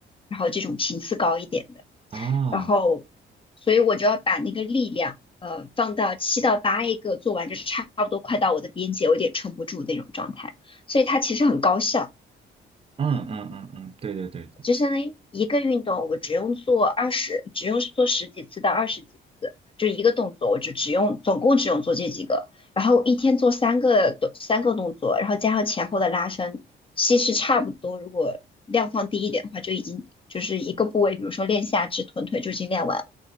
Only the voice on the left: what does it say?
然后这种频次高一点的。
然后，所以我就要把那个力量，呃，放到七到八一个做完就差不多快到我的边界，我有点撑不住那种状态。所以它其实很高效，
就相当于一个运动，我只用做二十，只用做十几次到二十几次，就一个动作，我就只用总共只用做这几个，然后一天做三个动三个动作，然后加上前后的拉伸，其实差不多。如果量放低一点的话，就已经就是一个部位，比如说练下肢、臀腿就已经练完